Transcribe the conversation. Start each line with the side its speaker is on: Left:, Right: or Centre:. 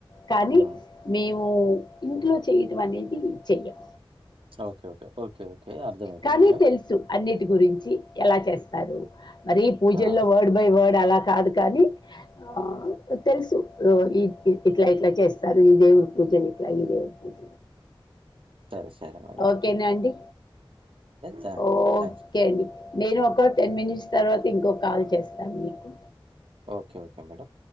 Left: కానీ
Right: ఉమ్
Left: మేము ముఇంట్లో చేయడం అనేది చెయ్యం
Right: ఓకే ఓకే ఓకే ఓకే అర్ధమ అయిపోయింది
Left: కానీ
Right: మేడం
Left: తెలుసు అన్నిటి గురించి ఎలా చేస్తారు
Right: హ్మ్.
Left: మరి పూజల్లో
Right: ఆ
Left: వర్డ్ బై వర్డ్ అలా కాదు కానీ ఆ తెల్సు ఈ ఇట్ల ఇట్ల చేస్తారు ఈ దేవుడి పూజలు ఇట్లా ఈ దేవుడి పూజ
Right: తర్ సరే మ
Left: ఓకే నండి
Right: థ్యా
Left: ఓకె
Right: థ్యాంక్స్
Left: అండి నేను ఒక టెన్ మినిట్స్ తర్వాత ఇంకో కాల్ చేస్తాను మీకు
Right: ఓకె ఓకే మేడం